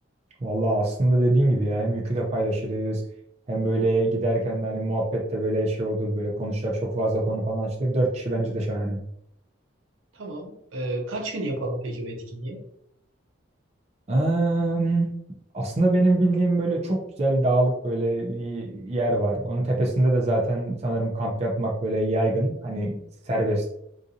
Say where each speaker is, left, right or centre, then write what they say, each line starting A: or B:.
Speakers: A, on the right; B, on the right.
A: Vallahi aslında dediğin gibi ya hem yükü de paylaşırız. Hem böyle giderken de hani muhabbet de böyle şey olur. Böyle konuşacak çok fazla konu falan açılır. 4 kişi bence de şahane.
B: Tamam. Ee, kaç gün yapalım peki bu etkinliği?
A: Em, aslında benim bildiğim böyle çok güzel dağlık böyle bir yer var. Onun tepesinde de zaten sanırım kamp yapmak böyle yaygın. Hani serbest.